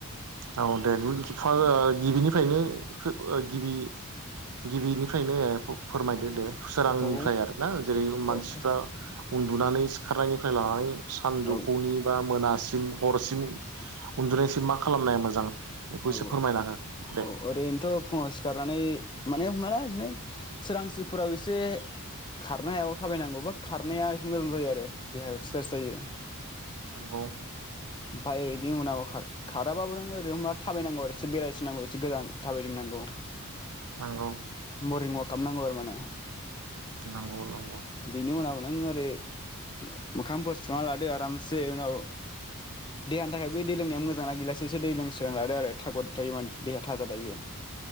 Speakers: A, on the right; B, on the left.
A: औ दे गो फा ओ गिबिफ्रायनो ओ गिबि गिबिनिफ्रायनो ए फोरमायदो दे सोरांनिफ्राय
B: औ
A: आरो। ना जेरै मानसिफ्रा
B: फार्स्ट
A: उन्दुनानै सिखारनायनिफ्राय लानानै। सानजौफुनि
B: औ
A: बा मोना सिम हरसिम उन्दुनायसिम मा खालामनाया मोजां बेखौ
B: औ
A: एसे फोरमायना हो। दे
B: औ ओरैनोथ' फुंआव सि सिखारनानै माने हमना ला इदिनो सोरांसिफोराव एसे खारनो हायाव थाबायनांगौ बा खारनाया एसे मोजां जायो आरो देहायाव एक्सारसाइस जायो।
A: नंगौ।
B: ओमफाय इनि उनाव खार खाराबाबो नों ओरै हमनाला थाबायनांगौ आरो एसे बेरायथिंनांगौ एसे एसे गोजान थाबायदिंनांगौ।
A: नंगौ।
B: मरनिं वाक खालामनांगौ आरो माने।
A: नंगौ नों।
B: बिनि उनाव नों एरै मो मोखांफोर सुना लादो आरामसे उनाव देहानि थाखाय बै दै लोंनाया मोजांना गिलासेसो दै लोंसोना लादो आरो थागद थायो माने देहा थाजा थायो।